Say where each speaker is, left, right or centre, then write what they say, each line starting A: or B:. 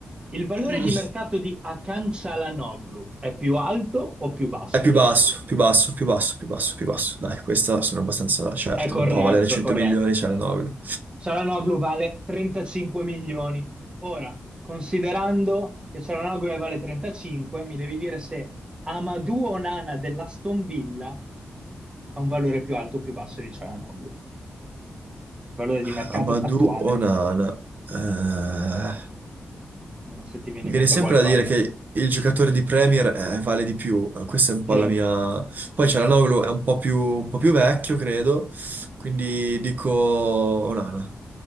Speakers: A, on the right; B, on the right.
A: il valore
B: <clears throat>
A: di mercato di Akan Çalhanoğlu è più alto o più basso
B: È più
A: del
B: basso,
A: suo?
B: più basso, più basso, più basso, più basso. Dai, questa sono abbastanza certo.
A: È corretto,
B: Non può valere 100
A: è corretto.
B: milioni, c'è la Nobel.
A: Cialanoglu vale 35 milioni. Ora, considerando che Cialanoglu ne vale 35, mi devi dire se Amadou Onana dell'Aston Villa ha un valore più alto o più basso di Cialanoglu. Valore
B: <laughs>
A: di mercato
B: Amadou
A: attuale,
B: Onana. Eh,
A: non so se ti viene
B: Mi
A: in
B: viene
A: mente
B: sempre
A: qualcosa.
B: da dire che il giocatore di Premier eh, vale di più, Eh, questa è un po'
A: Sì.
B: la mia... Poi Cialanoglu è un po' più, un po' più vecchio, credo, quindi dico Onana.